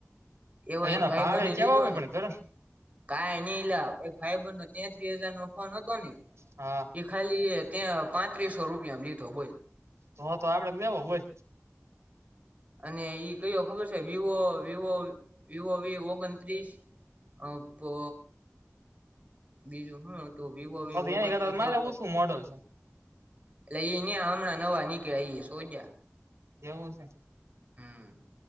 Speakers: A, on the right (about 30°); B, on the right (about 65°).
A: એવો
B: ભાઈ
A: એક
B: એના
A: ભાઈબંને
B: ભાવે કેવા
A: લીધો
B: હોય
A: ને
B: પણ ઘર
A: કાંઈ નહીં એલા, એક ભાઈબંધનો તેત્રી હજાર નો ફોન હતો ને
B: હા.
A: ઈ ખાલી એ ત્યાં પાંત્રીસો રૂપિયામ લીધો બોલ.
B: તો-તો આપણે જ લેવો બોઈલ.
A: અને ઈ કયો ખબર છે? વિવો-વિવો-વિવો વી ઓગણત્રીસ. ઓપો બીજું હું હત તું, વિવો વી
B: તો તો
A: ઓગણત્રીસ
B: એની કરતા મારે
A: એવો કંઈક.
B: ઓછું મોડલ
A: એટલે ઈ ન્યાં હમણાં નવા નીકળ્યા ઈ સોજા.
B: એવું સે!
A: હમ્મ.